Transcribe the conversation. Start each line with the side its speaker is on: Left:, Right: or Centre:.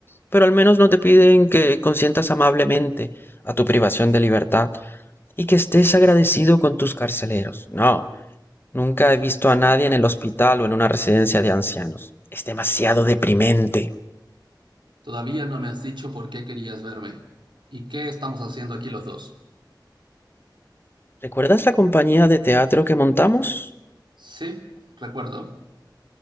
Left: pero al menos no te piden que consientas amablemente a tu privación de libertad y que estés agradecido con tus carceleros. No, nunca he visto a nadie en el hospital o en una residencia de ancianos. Es demasiado deprimente.
Right: Todavía no me has dicho por qué querías verme. ¿Y qué estamos haciendo aquí los dos?
Left: ¿Recuerdas la compañía de teatro que montamos?
Right: Sí, recuerdo.